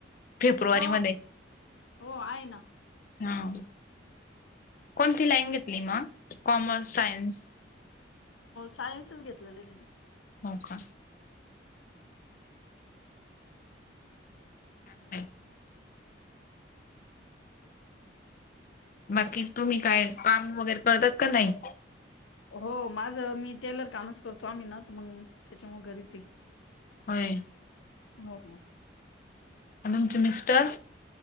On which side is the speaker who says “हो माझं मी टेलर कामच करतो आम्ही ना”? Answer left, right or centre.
Left